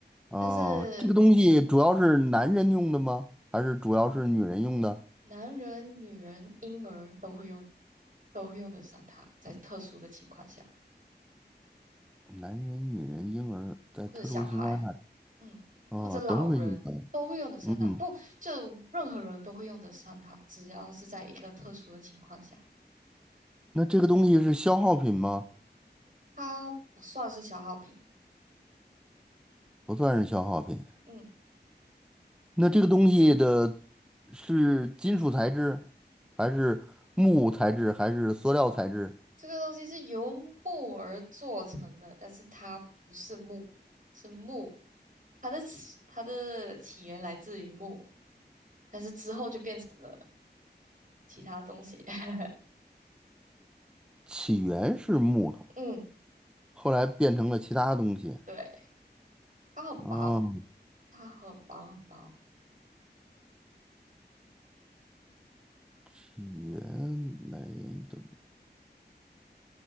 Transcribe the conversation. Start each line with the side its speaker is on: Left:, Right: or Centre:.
Centre: 啊。
Right: 但是。
Centre: 这个东西主要是男人用的吗？
Right: 嗯。
Centre: 还是主要是女人用的？
Right: 男人、女人、婴儿都会用，都会用得上它，在特殊的情况下，
Centre: 男人、女人、婴儿，在特殊情况下，
Right: 或者小孩，嗯，
Centre: 哦，
Right: 或者老人都会用得上它。
Centre: 都会用到。嗯，
Right: 不，就任何人都会用得上它，只要是在一个特殊的情况下，
Centre: 那这个东西是消耗品吗？
Right: 它不算是消耗品。
Centre: 不算是消耗品。
Right: 嗯，
Centre: 那这个东西的是金属材质，还是木材质，还是塑料材质？
Right: 这个东西是由木而做成的，但是它不是木，是木，它的起它的起源来自于木，但是之后就变成了其他东西。<laughs>
Centre: 起源是木头，
Right: 嗯。
Centre: 后来变成了其他东西。
Right: 对。它很薄，
Centre: 嗯，
Right: 它很薄很薄，
Centre: 起源来等